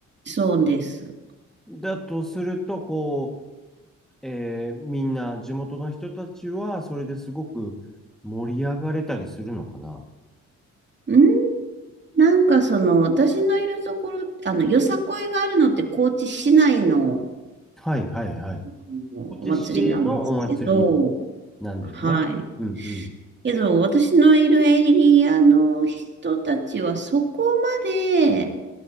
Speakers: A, on the right; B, in the centre.
A: そうです。
B: だとすると、こう、えーみんな、地元の人たちは、それですごく盛り上がれたりするのかな。
A: うんなんかその、私のいるところ、あの、よさこいがあるのって高知市内の
B: はいはいはい。
A: あのお祭りなんですけど、
B: 高知市のお祭りなんだよね。
A: はい。
B: うんうん。
A: けど、私のいるエリアの人たちはそこまで